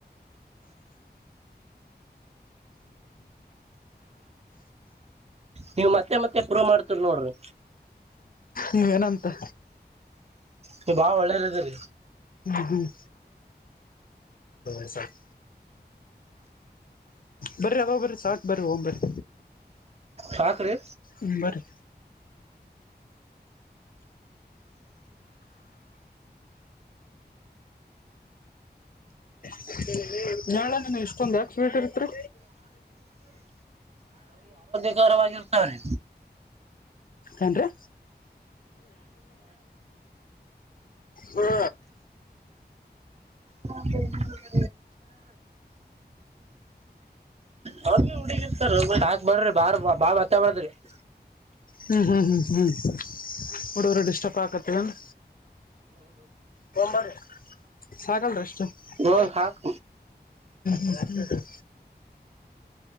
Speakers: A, on the right (about 35°); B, on the left (about 55°).
A: ನೀವ್ ಮತ್ತೆ ಮತ್ತೆ ಪ್ರೂವ್ ಮಾಡ್ತೀರ್ ನೋಡ್ರಿ.
B: ಇ <inaudible> ಹೂ ಏನಂತೆ?
A: ನೀವು ಬಹಳ ಒಳ್ಳೇರ್ ಇದಿರಿ.
B: ಹ್ಮ್ ಹ್ಮ್ <unintelligible> ಸರ್. ಬರ್ರಿ ಆದಾವ ಬರ್ರಿ ಸಾಕ್ ಬರಿ ಹೋಗ್ ಬರ್ರಿ.
A: ಸಾಕ್ರಿ.
B: ಊಂ ಬರಿ. <inaudible> ನಾಳ ನನ್ ಎಷ್ಟೊಂದಾಕ್ ಸ್ವೀಟ್ ಇರ್ತ್ರಿ.
A: ಪ್ಕರವಾಗಿರ್ತಾರೆ.
B: ಏನ್ರಿ? ಹು.
A: ಹಾ ಸರಿ <unintelligible> ಅವ ಹುಗಿರ್ತ ಇರ್ತಾವಲ್ರಿ ಸಾಕ್ ಬರ್ರಿ ಬಾರ್ ಬಾಳ <unintelligible>
B: ಹ್ಮ್ ಹ್ಮ್ ಹ್ಮ ಹ್ಮ್ ಹುಡುಗ್ರುಗ್ ಡಿಷ್ಟಪ್ಪಾತೇನು. ತೊಂಬರ್ರಿ ಸಾಕಲ್ರಿ ಅಷ್ಟು.
A: ಇವಾಗ
B: ಹ್ಮ್
A: ಹಾಕ್
B: ಹ್ಮ್ ಹ್ಮ್